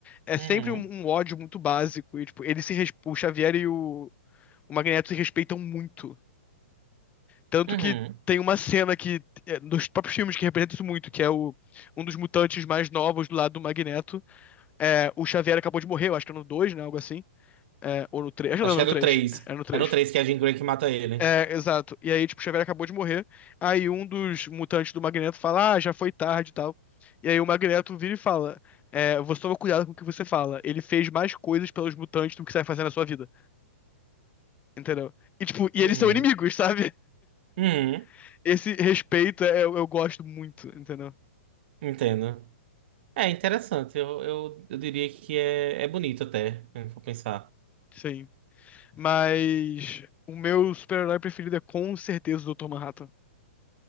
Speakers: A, on the left; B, on the right.
A: é
B: uhum,
A: sempre um, um ódio muito básico. E, tipo, eles se, res- o Xavier e o, o Magneto se respeitam muito. Tanto
B: uhum.
A: que tem uma cena que, é, nos próprios filmes que representa isso muito, que é o, um dos mutantes mais novos do lado do Magneto. É, o Xavier acabou de morrer, eu acho que é no 2, né, algo assim. É, ou no 3. acho
B: Acho
A: que não,
B: que
A: no
B: é no
A: 3.
B: 3.
A: É no 3.
B: É no 3 que é a Jean Grey que mata ele.
A: É, exato. E aí, tipo, o Xavier acabou de morrer. Aí um dos mutantes do Magneto fala, ah, já foi tarde e tal. E aí o Magneto vira e fala, é, você toma cuidado com o que você fala. Ele fez mais coisas pelos mutantes do que você vai fazer na sua vida. Entendeu? E, tipo, e
B: Uhum,
A: eles são inimigos, sabe?
B: uhum,
A: <laughs> Esse respeito é- eu, eu gosto muito, entendeu?
B: entendo. É interessante, eu, eu, eu diria que é, é bonito até, se for pensar.
A: Sim. Mas o meu super-herói preferido é com certeza o Dr. Manhattan.